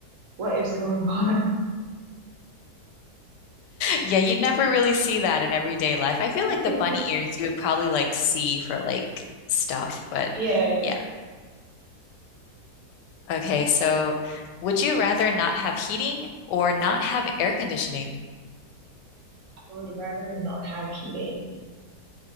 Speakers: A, on the right (about 55°); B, on the left (about 85°).
A: what is going on?
B: Yeah, you'd never really see that in everyday life. I feel
A: <laughs>
B: like the bunny ears you would probably like see for like stuff, but
A: Yeah,
B: yeah.
A: I
B: Okay, so would you rather not have heating or not have air conditioning?
A: would rather not have heating.